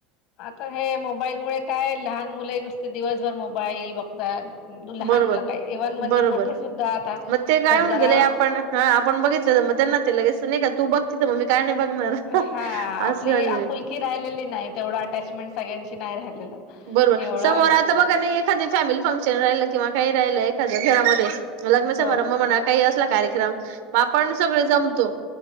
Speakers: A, on the left; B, on the right.
A: तर हे मोबाईल मु काय लहान मुलं नुसते दिवसभर मोबाईल बघतात लहान
B: बरोबर
A: मुल काय इव्हन म्हणजे
B: बरोबर
A: मोठे सुद्धा. आता
B: मग ते काय
A: तर
B: होन
A: जरा
B: गेले आपण ह आपण बघितलं तर मग त्यांना ते लगेच नाही का तू बघती मग मी काय नाही. बघणार
A: हा आपली
B: असं झालेलं
A: आपुलकी
B: आहे.
A: राहिलेली नाही तेवढं अटॅचमेंट सगळ्यांची नाही राहिलेलं.
B: बरोबर
A: एवढं
B: समोर
A: आहे
B: आता बघा नाही एखाद फॅमिली फंक्शन राहिल किंवा काही राहिलं एखाद्या घरामध्ये लग्नच समारंभ
A: हो
B: म्हणा काही असला कार्यक्रम आपण सगळे जमतो